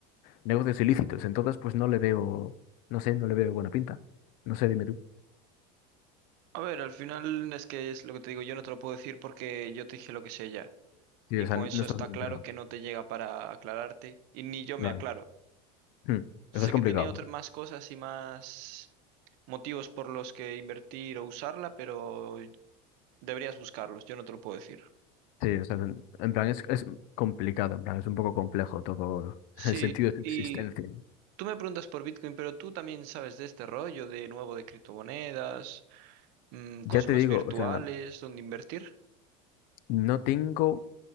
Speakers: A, on the left; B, on the right.
A: negocios ilícitos. Entonces, pues no le veo, no sé, no le veo buena pinta. No sé, dime tú.
B: A ver, al final es que es lo que te digo, yo no te lo puedo decir porque yo te dije lo que sé ya.
A: Sí,
B: Y
A: o sea,
B: con
A: n-
B: eso
A: no estás
B: está
A: muy
B: claro
A: enterado.
B: que no te llega para aclararte y ni yo me
A: Claro.
B: aclaro.
A: Hmm.
B: Sé
A: Eso es complicado.
B: que tiene
A: bueno,
B: otras más cosas y más motivos por los que invertir o usarla, pero Deberías buscarlos, yo no te lo puedo decir.
A: Sí, o sea, en, en plan es, es complicado, en plan es un poco complejo todo
B: Sí,
A: <laughs> el sentido de su
B: y
A: existencia.
B: tú me preguntas por Bitcoin, pero tú también sabes de este rollo de nuevo de criptomonedas, mm, cosas
A: Ya te
B: más
A: digo,
B: virtuales,
A: o sea,
B: donde invertir.
A: no tengo